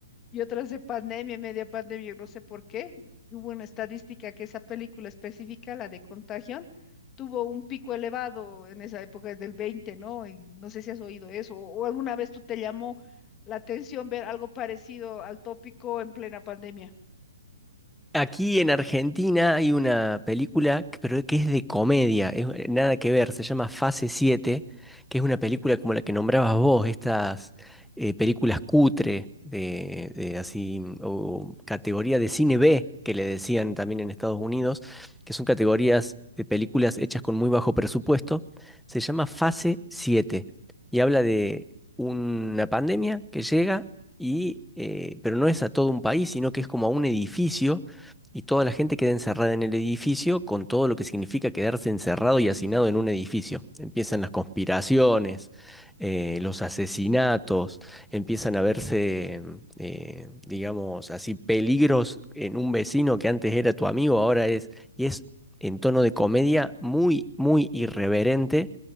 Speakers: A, on the left; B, in the centre.
A: y otras de pandemia, media pandemia, yo no sé por qué. Hubo una estadística que esa película específica, la de Contagion, tuvo un pico elevado en esa época del 20, ¿no? Y no sé si has oído eso o, o alguna vez tú te llamó la atención ver algo parecido al tópico en plena pandemia.
B: Aquí en Argentina hay una película, que- pero que es de comedia, es eh, nada que ver, se llama Fase siete, que es una película como la que nombrabas vos, estas eh, películas cutre de, de así, mm, o categoría de cine B, que le decían también en Estados Unidos, que son categorías de películas hechas con muy bajo presupuesto, se llama Fase siete y habla de una pandemia que llega y, eh, pero no es a todo un país, sino que es como a un edificio y toda la gente queda encerrada en el edificio con todo lo que significa quedarse encerrado y hacinado en un edificio. Empiezan las conspiraciones, eh, los asesinatos, empiezan a verse, eh, digamos así, peligros en un vecino que antes era tu amigo, ahora es, y es en tono de comedia muy, muy irreverente.